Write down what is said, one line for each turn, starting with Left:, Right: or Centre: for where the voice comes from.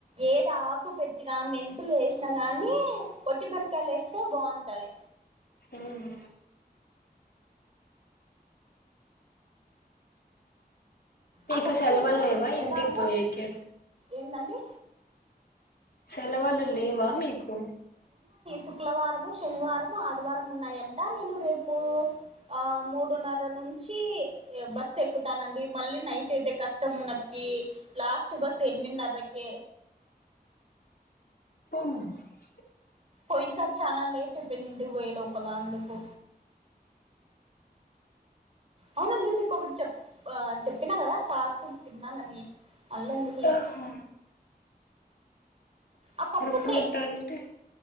Right: ఏది ఆకు పెట్టినా మెంతులు వేసినా గానీ ఒట్టి మిరకాయలు ఎస్తే బావుంటది
Left: హ్మ్ నీకు
Right: ఆ పప్పు
Left: సెలవులు లేవా ఇంటికి
Right: ఎలా అంటే
Left: పోయేకి
Right: ఏందండి
Left: సెలవులు లేవా మీకు
Right: శుక్లవారము శనివారము ఆదివారం ఉన్నాయంట నేను రేపు ఆ మూడున్నర నుంచి బస్ ఎక్కుతానండి మళ్ళీ నైట్ అయితే కష్టము నకి కీ లాస్ట్ బస్సు ఎనిమిదినరకే
Left: మ్
Right: పోయిన సారి చాలా లేట్ అయిపోయిన ఇంటికి పోయే లోపల అందుకు అవునండి మీకు ఒకటి చెప్ ఆ చెప్పినా కదా స్టార్ ఫ్రూట్ తిన్నానని మళ్ళీ ఎందుకులే
Left: య హు
Right: ఆ పప్పు
Left: ఫ్రూట్
Right: చేయ్
Left: అంటే